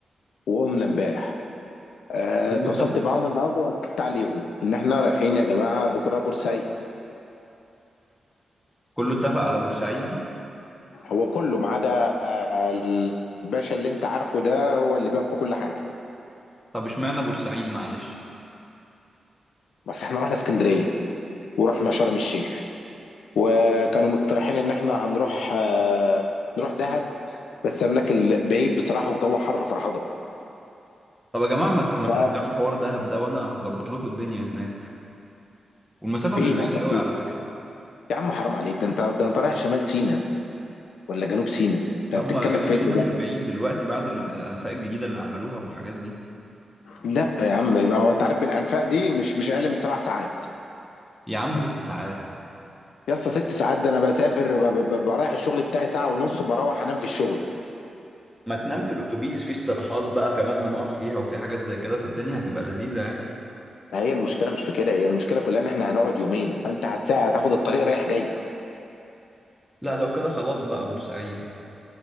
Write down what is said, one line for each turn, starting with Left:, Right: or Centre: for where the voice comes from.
Left: وقمنا امبارح اه،
Centre: كله
Left: اتواصلت
Centre: اتفق
Left: معاهم النهارده واكدت عليهم ان احنا رايحين يا جماعة بكرة بورسعيد
Centre: كله اتفق على بورسعيد دي
Left: هو كله ما عدا اه، الباشا اللي انت عارفه ده هو اللي بيقف في كل حاجة
Centre: طب اشمعنى بورسعيد معلش
Left: بس احنا رحنا اسكندرية ورحنا شرم الشيخ وكانوا مقترحين ان احنا هنروح اه، نروح دهب بس قالوا لك ال- بعيد بصراحة والجو حر فرهضة
Centre: طب يا جماعه ما ت-
Left: ففين
Centre: ما ترجعوا حوار دهب ده وانا هظبط لكم الدنيا هناك والمسافه
Left: هتروح
Centre: مش بعيده قوي
Left: فين
Centre: على فكره
Left: يا عم حرام عليك ده انت ده انت رايح شمال سيناء يا اسطى، ولا جنوب سيناء انت
Centre: طب
Left: بتتكلم
Centre: ما جنوب
Left: في ايه
Centre: سيناء
Left: ده
Centre: مش بعيد دلوقتي بعد الانفاق الجديده اللي عملوها والحاجات دي
Left: لا يا عم هو انت عارف بالانفاق دي مش مش اقل من سبع ساعات
Centre: يا عم ست ساعات
Left: يا اسطى ست ساعات ده انا بسافر ب- ب- برايح الشغل بتاعي ساعه ونص بروح انام في الشغل
Centre: ما تنام في الاتوبيس في استراحات بقى كمان هنقف فيها وفي حاجات زي كده فالدنيا هتبقى لذيذه يعني
Left: فهي المشكله مش في كده هي المشكله كلها ان احنا هنقعد يومين فانت هتساعد هتاخد الطريق رايح جاي
Centre: لا لو كده خلاص بقى بورسعيد